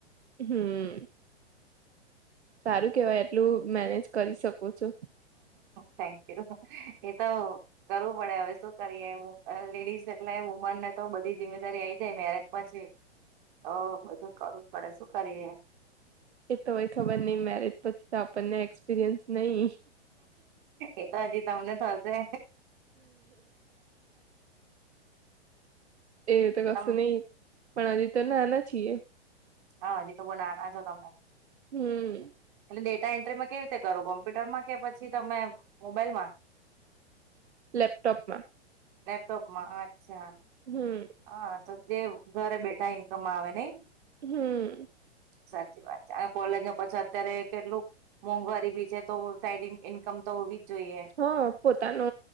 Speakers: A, on the right; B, on the right.
A: હમ્મ. સારું કેવાય એટલું મેનેજ કરી શકો છો.
B: થેંકયુ એ તો. કરવું પડે હવે શું કરીએ લેડીઝ એટલે વુમન ને તો બધી જીમ્મેદારી આ આવી જાય મેરેજ પછી હ બધું કરવું પડે શું કરીએ.
A: એ તો હોય ખબર નહિ મેરેજ પછી તો આપણને એક્સપિરિયન્સ નહી.
B: એ તો હજી તમને થશે
A: એ તો કસ
B: તમ
A: નહી પણ હજી તો ના નાના છીએ.
B: હા હજી તો બહુ નાના છો તમે.
A: હમ
B: એટલે ડેટા એન્ટ્રીમાં કેવી રીતે કરો કોમ્પ્યુટર માં કે પછી તમે મોબાઈલ માં <inaudible>
A: લેપટોપમાં
B: લેપટોપમાં અચ્છા.
A: હમ્મ.
B: હા તો જે ઘરે બેઠા ઈન્કમ આવે નહિ.
A: હમ્મ.
B: સાચી વાત છે અને કોલેજમાં પછી અત્યારે કેટલું મોંઘવારી બી છે તો સાઈડ ઇન્કમ તો હોવી જોઈએ
A: હા પોતાનો